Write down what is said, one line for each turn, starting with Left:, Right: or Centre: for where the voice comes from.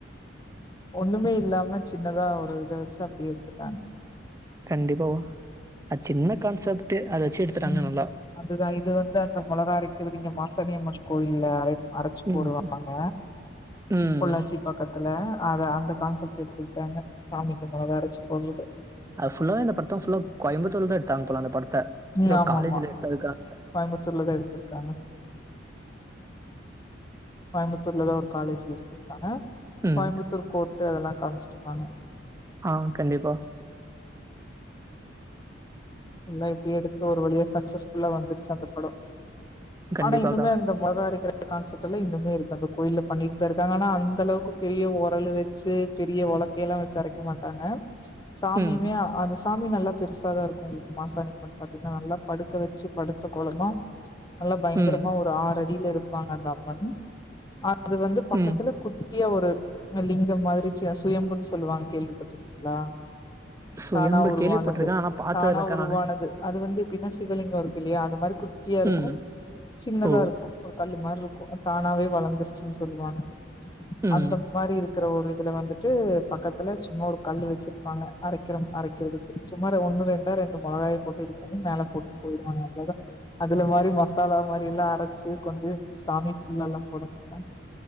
Left: ஒண்ணுமே இல்லாம சின்னதா ஒரு இத வச்சு அப்டி எடுத்துட்டாங்க
Right: கண்டிப்பா அது சின்ன கான்செப்டு அத வச்சு எடுத்துட்டாங்க
Left: உம்
Right: நல்லா.
Left: அதுதா இது வந்து அந்த மொளகா அரைக்கிறது இங்க மாசனியம்மன் கோயில்ல அரை அரச்சு
Right: ம்.
Left: போடுவாங்க
Right: ம்.
Left: பொள்ளாச்சி பக்கத்துல அத அந்த கான்செப்ட் எடுத்துக்கிட்டாங்க சாமிக்கும் மொளகா அரச்சு போடுறது
Right: அதுஃபுல்லா இந்த படம் ஃபுல்லா கோயம்பத்தூர்ல தா எடுத்தாங்க போல அந்த படத்த
Left: உம்
Right: ஏதோ
Left: ஆமா
Right: காலேஜ்ல
Left: ஆமா
Right: எடுத்ததுக்காக
Left: கோயம்புத்தூர்லதா எடுத்திருக்காங்க கோயம்புத்தூர்ல தா ஒரு காலேஜ்ல வச்சு எடுத்துருக்காங்க
Right: ம்.
Left: கோயம்புத்தூர் கோர்ட்டு அதெல்லா காம்ச்சிருப்பாங்க
Right: ஆ கண்டிப்பா
Left: இல்ல இப்டியே எடுத்து ஒரு வழியா சக்சஸ்ஃபுல்லா வந்துருச்சு அந்த படோ
Right: கண்டிப்பாக்கா.
Left: ஆனா இன்னுமே அந்த மொளகா அரைக்கிற கான்செப்ட் எல்லாம் இன்னமே இருக்கு அந்த கோயில பண்ணிட்டு தா இருக்காங்க ஆனா அந்த அளவுக்கு பெரிய உரல வச்சு பெரிய உலக்கைய எல்லாம் வச்சு அரைக்க மாட்டாங்க சாமியுமே
Right: ம்,
Left: அந்த சாமி நல்லா பெருசாதா இருக்கும் உங்களுக்கு மாசாணியம்மன் பாத்தீங்கன்னா நல்லா படுக்க வச்சு படுத்த கோலமா நல்லா பயங்கரமா
Right: ம்,
Left: ஒரு ஆறடியில இருப்பாங்க அந்த அம்மன் அது வந்து பக்கத்துல
Right: ம்.
Left: குட்டியா ஒரு லிங்கம் மாரி சுயம்புன்னு சொல்லுவாங்க கேள்விப்பட்டிருக்கீங்ளா
Right: சுயம்பு
Left: தானா உருவானது
Right: கேள்விப்பட்டுருக்கேன். ஆனா பார்த்ததில்லக்கா
Left: தானா உருவானது
Right: நானு.
Left: அது வந்து எப்டின்னா சிவலிங்கோ இருக்கில்லயா அது மாரி கு ட்டியாருக்கு
Right: ம்.
Left: சின்னதாருக்கு
Right: ஓ!
Left: ஒரு கல்லு மார்ருக்கு அத் தானாவே வளந்துருச்சுன் சொல்லுவாங்க
Right: ம்.
Left: அந்த மாரி இருக்ற ஒரு இதுல வந்துட்டு பக்கத்துல சும்மா ஒரு கல்லு வச்சிரு பாங்க அரைக்கிரம் அரைக்கிறதுக்கு சும்மா ரெ ஒன்னு ரெண்டே ரெண்டு மொளகாய் போட்டு இது பண்ணி மேல போட்டு போய்டுவாங்க அவ்ள தா அதுல மாரி மசாலா மாரில்லா அரச்சு கொண்டு போய் சாமிக் ஃபுல்லாலா போட மாட்டாங்க